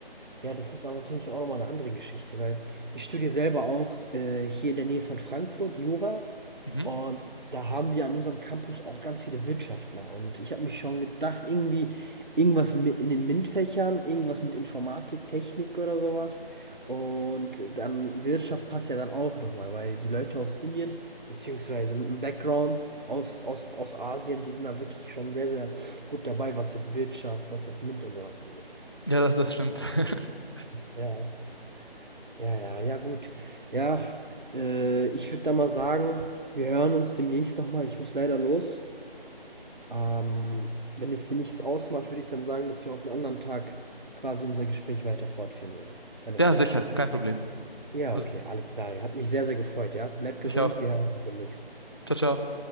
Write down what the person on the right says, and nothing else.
Ja, das ist aber natürlich auch noch mal 'ne andere Geschichte, weil ich studiere selber auch, äh, hier in der Nähe von Frankfurt Jura.
Und da haben wir an unserem Campus auch ganz viele Wirtschaftler. Und ich habe mich schon gedacht, irgendwie irgendwas mit in den MINT-Fächern, irgendwas mit Informatik, Technik oder sowas. Und dann Wirtschaft passt ja dann auch nochmal, weil die Leute aus Indien, beziehungsweise mit einem Background aus, aus, aus Asien, die sind da wirklich schon sehr, sehr gut dabei, was jetzt Wirtschaft, was jetzt MINT und sowas angeht.
Ja. Ja, ja, ja, gut. Ja, äh, ich würde da mal sagen, wir hören uns demnächst nochmal. Ich muss leider los. Ähm, wenn es dir nichts ausmacht, würde ich dann sagen, dass wir auf einen anderen Tag quasi unser Gespräch weiter fortführen würden, wenn das
in
Ordnung ist.
Ja,
okay, alles klar. Hat mich sehr, sehr gefreut, ja? Bleibt
gesund,
wir hören uns demnächst.